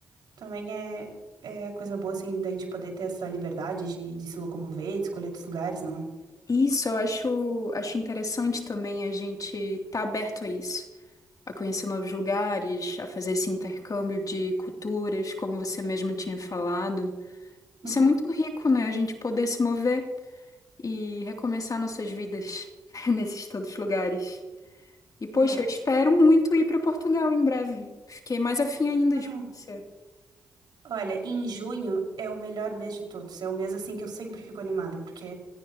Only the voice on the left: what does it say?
E Isso, eu acho, acho interessante também a gente estar tá aberto a isso. A conhecer novos lugares, a fazer esse intercâmbio de culturas, como você mesmo tinha falado.
Isso é muito rico, né? A gente poder se mover e recomeçar nossas vidas <laughs> nesses tantos lugares. E, poxa,
eu espero muito ir para Portugal em breve. Fiquei mais afim ainda
de conhecer.